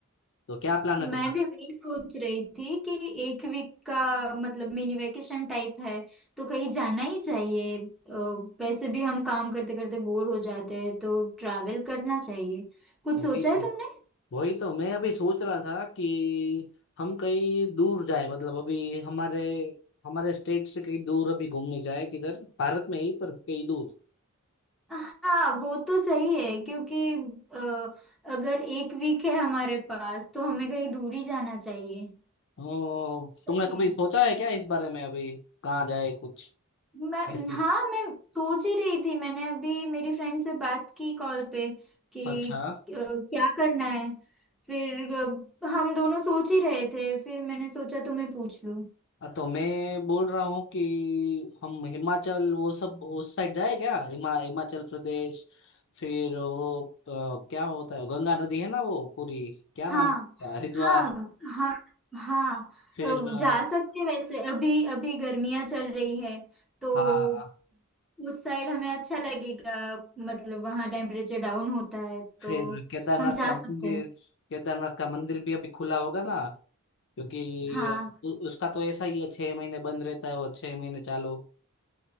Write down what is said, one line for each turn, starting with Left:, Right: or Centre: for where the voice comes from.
Left: तो क्या प्लान
Centre: मैं
Left: है तुम्हारा
Centre: भी वही सोच रही थी कि एक वीक का मतलब मिनी वेकेशन टाइप है तो कहीं जाना ही चाहिए अ, वैसे भी हम काम करते करते बोर हो जाते हैं तो ट्रैवल करना चाहिए कुछ
Left: वो
Centre: सोचा
Left: भी
Centre: है तुमने
Left: वही तो मैं अभी सोच रहा था कि हम कहीं दूर जाए मतलब अभी हमारे हमारे स्टेट से कहीं दूर अभी घूमने जाए किधर भारत में ही पर कहीं दूर
Centre: हाँ वो तो सही है क्योंकि अ, अगर एक वीक है हमारे पास तो हमें कहीं दूर ही जाना चाहिए
Left: ओ,
Centre: सही
Left: तुमने कभी
Centre: है
Left: सोचा है क्या इस बारे में अभी कहाँ जाए कुछ
Centre: मैं
Left: ऐसे
Centre: हाँ मैं सोच ही रही थी मैंने अभी मेरी फ्रेंड से बात की कॉल पे कि
Left: अच्छा
Centre: अ, क्या करना है फिर अ, हम दोनों सोच ही रहे थे फिर मैंने सोचा तुम्हें पूछ लूं
Left: अ, तो मैं बोल रहा हूँ कि हम हिमाचल वो सब उस साइड जाए क्या हिमा, हिमाचल प्रदेश फिर वो अ, क्या होता है गंगा नदी है ना वो पूरी क्या
Centre: हाँ
Left: नाम है उसका? हरिद्वार
Centre: हाँ हाँ हाँ
Left: फिर
Centre: अ,
Left: अ,
Centre: जा सकते हैं वैसे अभी अभी गर्मियाँ चल रही है तो
Left: हाँ
Centre: उस साइड हमें अच्छा लगेगा मतलब वहाँ टेम्परेचर डाउन होता है तो
Left: फिर केदारनाथ
Centre: हम जा
Left: का
Centre: सकते
Left: मंदिर
Centre: हैं
Left: केदारनाथ का मंदिर भी अभी खुला होगा ना क्योंकि
Centre: हाँ
Left: उ- उसका तो ऐसा ही है छह महीने बंद रहता है और छह महीने चालू